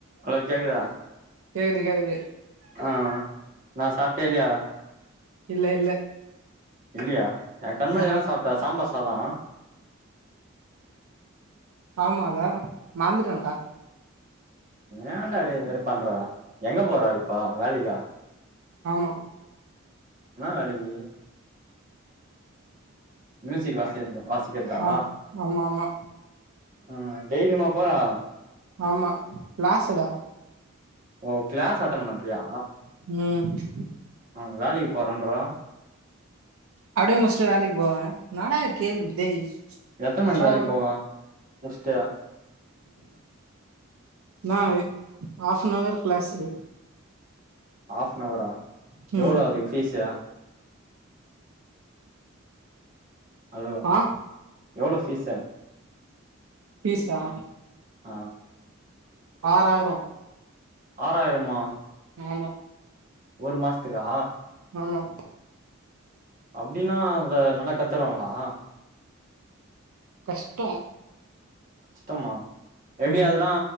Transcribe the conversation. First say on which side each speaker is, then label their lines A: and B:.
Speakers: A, on the right (about 40°); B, on the right (about 85°).
A: hello கேக்குதா
B: கேக்குது கேக்குது
A: ஆ நா சாப்டே இல்லியா
B: இல்ல இல்ல
A: இல்லியா எ கண்மணி
B: ஆஹா
A: எல்லா சாப்புட்டா சாம்பார் சாதோ
B: ஆமா அதா மறந்துட்டன்டா
A: ஏன்டா டேய் இது மாரி பண்ற எங்க போற இப்போ வேலைக்கா
B: ஆமா
A: என்ன வேலைக்கி மியூசிக் வாசிக் வாசிக்கிறதா
B: ஆ ஆமா ஆமா
A: அ டெய்லியுமா போறா
B: ஆமா கிளேஸ்ஸுடா
A: ஓ கிளாஸ் அட்டன் பண்றியா
B: ம்
A: அவ வேலைக்கு போறன்றா
B: அப்டியே முச்சுட்டு வேலைக்கு போவ என்னாடா இது கேள்வி இதேய்
A: எத்தன
B: நல்லா
A: மணிக்கு வேலைக்கு
B: வரு
A: போவ முட்ஸ்ட்டு
B: நா ஆஃப்பனவர் கிளாஸ்க்கு
A: ஆஃப்னவரா எவ்ளோ
B: ம்
A: அதுக்கு ஃபீஸ்ஸுயா ஹலோ
B: ஆ
A: எவ்ளோ ஃபீஸு
B: பீசா
A: ஆ
B: ஆறாயிரோ
A: ஆறாயிரமா
B: ஆமா
A: ஒரு மாசத்துக்கா
B: ஆமா
A: அப்டின்னா அதுல்ல நல்லா கத்தருவாங்களா
B: கஷ்டோ
A: கஷ்டமா எப்டி
B: ம்
A: அதுல்லா